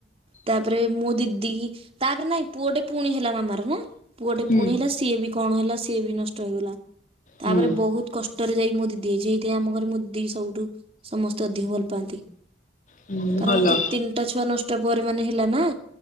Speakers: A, on the right; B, on the left.
A: ତାପରେ ମୋ ଦି ଦି ତାପରେ ନାଇଁ ପୁଅଟେ ପୁଣି ହେଲା ମାମାର ନା ପୁଅଟେ
B: ହୁଁ
A: ପୁଣି ହେଲା ସିଏ ବି କଣ ହେଲା ସିଏ ବି ନଷ୍ଟ ହେଇଗଲା ତାପରେ
B: ହୁଁ
A: ବହୁତ କଷ୍ଟରେ ଯାଇକି ମୋ ଦିଦି ହେଇଛି। ଦି ଏ ଆମ ଘରେ ମୁଦି ସବୁଠୁ ସମସ୍ତେ ଅଧିକ ଭଲ ପାଆନ୍ତି।
B: ହୁଁ
A: କାରଣ
B: ଭଲ।
A: କେ ତିନିଟା ଛୁଆ ନଷ୍ଟ ପରେ ମାନେ ହେଲା ନା।